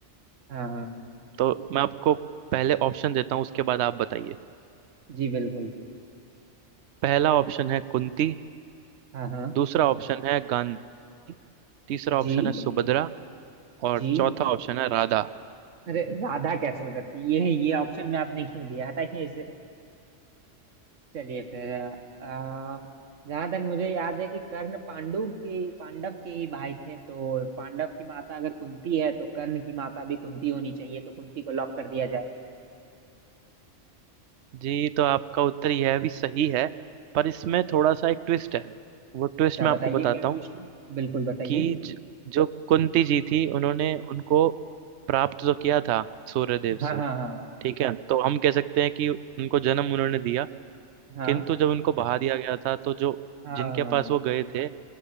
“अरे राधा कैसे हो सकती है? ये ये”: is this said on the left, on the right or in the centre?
Right